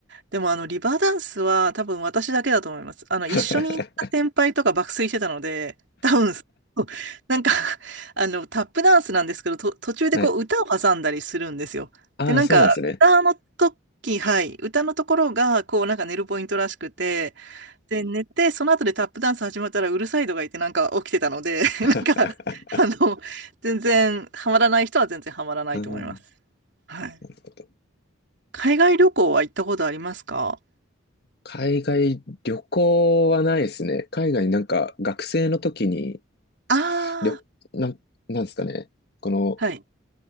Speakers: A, on the right (about 60°); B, on the left (about 50°).
A: でもあのリバーダンスは多分私だけだと思います。あの一緒に行った先輩とか爆睡してたので、
B: <laughs>
A: <laughs> 多分、そうなんか <laughs> あのタップダンスなんですけど、と途中でこう歌を挟んだりするんですよ。
B: はい。ああ、
A: で、なんか歌の時、
B: そうなんですね。
A: はい、歌のところがこうなんか寝るポイントらしくて、で、寝て、その後でタップダンス始まったらうるさいとか言ってなんか起きてたので、<laughs> なんか
B: <laughs>
A: あの、全然ハマらない人は全然ハマらないと思います。
B: うん、<laughs>
A: はい。
B: なるほど。
A: 海外旅行は行ったことありますか
B: 海外旅行はないですね。海外なんか学生の時に、
A: あ
B: 旅、
A: あ、
B: なん、なんですかね。この、
A: はい、